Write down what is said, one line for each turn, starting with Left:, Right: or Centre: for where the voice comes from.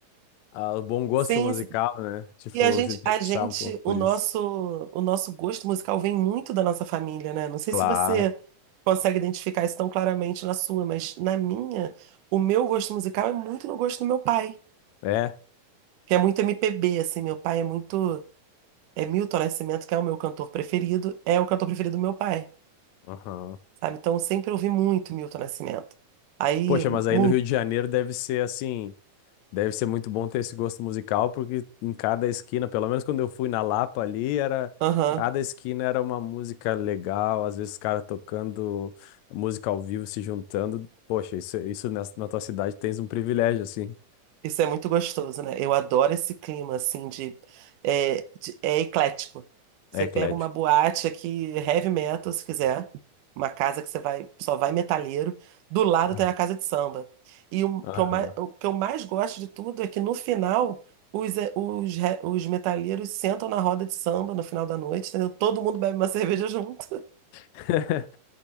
Left: a- o bom gosto
Right: sim,
Left: musical,
Right: sim.
Left: né? Tipo,
Right: E a gente,
Left: se interessar
Right: a gente,
Left: um pouco por
Right: o nosso,
Left: isso.
Right: o nosso gosto musical vem muito da nossa família, né? Não sei
Left: Claro,
Right: se você consegue identificar isso tão claramente na sua, mas na minha, o meu gosto musical é muito no gosto do meu pai,
Left: é.
Right: que é muito MPB, assim. Meu pai é muito, é Milton Nascimento, que é o meu cantor preferido, é o cantor preferido do meu pai,
Left: aham.
Right: sabe? Então, eu sempre ouvi muito Milton Nascimento. Aí,
Left: Poxa, mas aí
Right: muito.
Left: no Rio de Janeiro deve ser assim, deve ser muito bom ter esse gosto musical, porque em cada esquina, pelo menos quando eu fui na Lapa ali, era
Right: Aham.
Left: cada esquina era uma música legal, às vezes os caras tocando música ao vivo, se juntando. Poxa, isso, isso nessa- na tua cidade tens um privilégio assim,
Right: Isso é muito gostoso, né? Eu adoro esse clima, assim, de... É, de- é eclético. Você
Left: é eclético.
Right: pega uma boate aqui, heavy metal, se quiser. Uma casa que você vai, só vai metaleiro. Do lado
Left: Ah.
Right: tem a casa de samba. E o
Left: Aham.
Right: que eu mais, o que eu mais gosto de tudo é que no final, os, é, os, re- os metaleiros sentam na roda de samba no final da noite, entendeu? Todo mundo bebe uma <laughs> cerveja junto.
Left: <laughs>